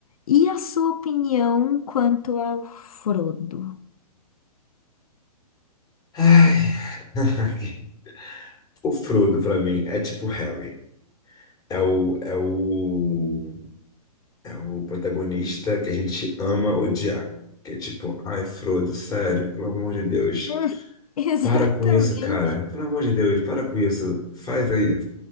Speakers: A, on the left; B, on the left.
A: E a sua opinião quanto ao Frodo?
B: Ai, <laughs> o Frodo pra mim é tipo Harry. É o, é o É o protagonista que a gente ama odiar. Que é tipo, ai, Frodo, sério, pelo amor de Deus.
A: Hum, <laughs> Exatamente.
B: Para com isso, cara. Pelo amor de Deus, para com isso. Faz aí.